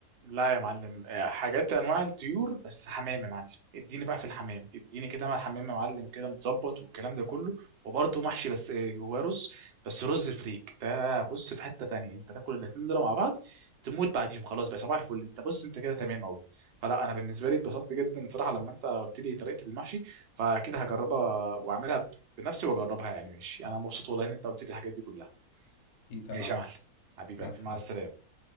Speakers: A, on the right; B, on the left.
A: لا يا معلم آه، حاجات انواع الطيور بس حمام يا معلم اديني بقى في الحمام اديني كده مع الحمام يا معلم كده متظبط والكلام ده كله وبرضه محشي بس آه، جواه رز بس رز فريك ده بص في حته تانية انت تاكل الاتنين دول مع بعض تموت بعديهم خلاص بقى صباح الفل انت بص انت كده تمام قوي فلا انا بالنسبه لي اتبسطت جدا صراحه لما انت قلت لي طريقه المحشي فاكيد هجربها واعملها بنفسي واجربها يعني ماشي انا مبسوط والله ان انت قلت لي الحاجات دي كلها
B: ايه ده
A: ماشي
B: انا عطس
A: يا معلم حبيب
B: مع
A: قلبي
B: السلامه
A: مع السلامه